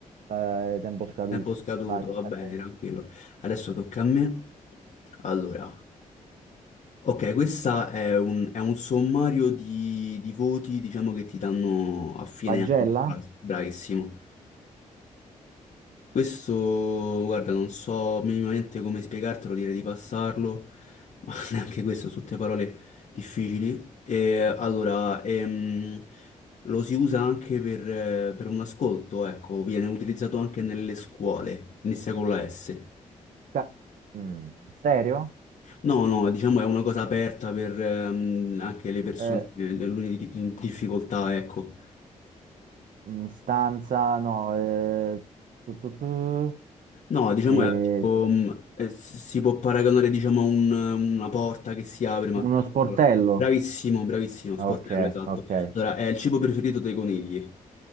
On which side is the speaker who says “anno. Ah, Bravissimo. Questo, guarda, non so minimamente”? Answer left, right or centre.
Left